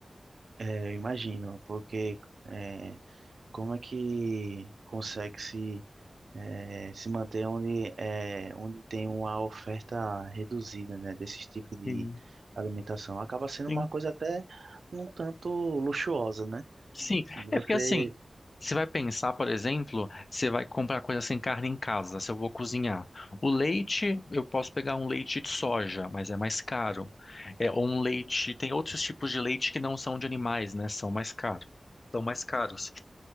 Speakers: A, on the right (about 80°); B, on the left (about 55°).
A: É, eu imagino, porque é, como é que consegue se, é, se manter onde, é, onde tem uma oferta reduzida, né? Desses tipos de
B: Sim.
A: alimentação? Acaba sendo
B: Sim.
A: uma coisa até um tanto luxuosa, né?
B: Sim,
A: Você.
B: é porque assim, você vai pensar, por exemplo, você vai comprar coisa sem carne em casa, se eu vou cozinhar. O leite, eu posso pegar um leite de soja, mas é mais caro. É, ou um leite, tem outros tipos de leite que não são de animais, né? São mais caros. São mais caros.